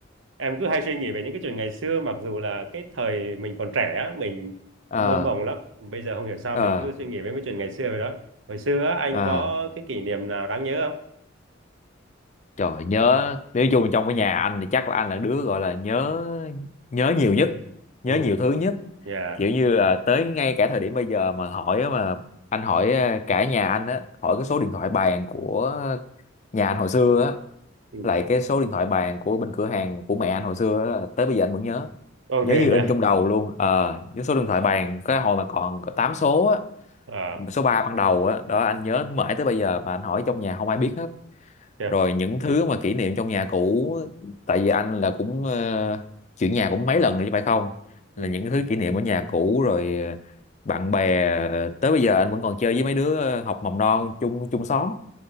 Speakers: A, on the right; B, on the left.
A: em cứ hay suy nghĩ về những cái chuyện ngày xưa mặc dù là cái thời mình còn trẻ á, mình
B: Ờ,
A: mơ mộng lắm bây giờ không hiểu sao
B: ờ,
A: mình cứ suy nghĩ về mấy chuyện ngày xưa vậy đó hồi xưa á, anh
B: ờ,
A: có cái kỷ niệm nào đáng nhớ không
B: trời nhớ, nếu chung trong cái nhà anh thì chắc là anh là đứa gọi là nhớ nhớ nhiều nhất,
A: ừ
B: nhớ nhiều thứ nhất.
A: dạ
B: Kiểu như là tới ngay cả thời điểm bây giờ mà hỏi á mà anh hỏi ờ, cả nhà anh á, hỏi cái số điện thoại bàn của nhà anh hồi xưa á
A: ừ
B: lại cái số điện thoại bàn của bên cửa hàng của mẹ anh hồi xưa đó là tới bây giờ anh vẫn nhớ
A: ok
B: nhớ như in
A: dạ
B: trong đầu luôn ờ nhớ số điện thoại bàn cái hồi mà còn có 8 số á
A: à
B: số
A: <laughs>
B: 3 ban đầu á đó anh nhớ mãi tới bây giờ mà anh hỏi trong nhà không ai biết hết
A: dạ
B: rồi những thứ mà kỷ niệm trong nhà cũ tại vì anh là cũng ờ, chuyển nhà cũng mấy lần rồi chứ phải không là
A: ừ
B: những thứ kỷ niệm ở nhà cũ rồi ờ, bạn bè ờ, tới bây giờ anh vẫn còn chơi với mấy đứa ờ, học mầm non chung chung xóm